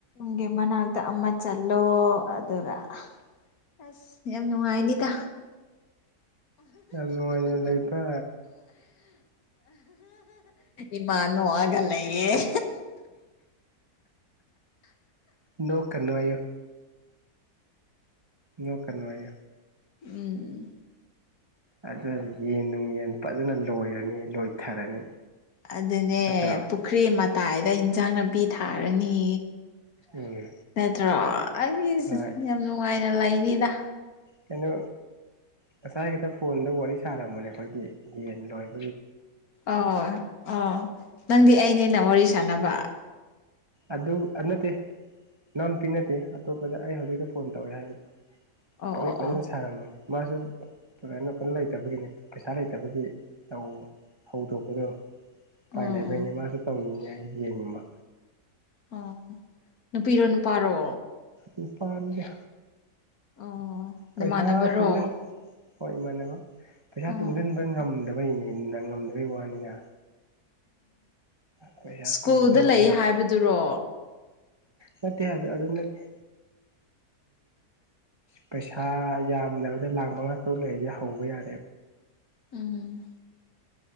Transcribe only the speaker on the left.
ꯒꯤ ꯃꯅꯥꯛꯇ ꯑꯃ ꯆꯠꯂꯣ ꯑꯗꯨꯒ ꯑꯁ ꯌꯥꯝ ꯅꯨꯡꯉꯥꯏꯅꯤꯗ
ꯏꯃꯥꯅꯣꯑꯒ ꯂꯩꯌꯦꯦ
ꯎꯝ
ꯑꯗꯨꯅꯦ
ꯄꯨꯈ꯭ꯔꯤ ꯃꯇꯥꯏꯗ ꯏꯟꯖꯥꯡ ꯅꯥꯄꯤ ꯊꯥꯔꯅꯤ
ꯅꯠꯇ꯭ꯔꯣ ꯑꯩꯁ
ꯌꯥꯝ ꯅꯨꯡꯉꯥꯏꯅ ꯂꯩꯅꯤꯗ
ꯑꯣ ꯑꯣ ꯅꯪꯗꯤ ꯑꯩꯅꯦꯅ ꯋꯥꯔꯤ ꯁꯥꯟꯅꯕ
ꯑꯣ
ꯑꯣ
ꯑꯣ
ꯎꯝ
ꯎꯝ
ꯑꯣ ꯅꯨꯄꯤꯔꯣ ꯅꯨꯄꯥꯔꯣ
ꯑꯣ ꯅꯃꯥꯟꯅꯕꯔꯣ
ꯑꯣ
ꯎ ꯁ꯭ꯀꯨꯜꯗ
ꯂꯩ
ꯍꯥꯏꯕꯗꯨꯔꯣ
ꯎꯝ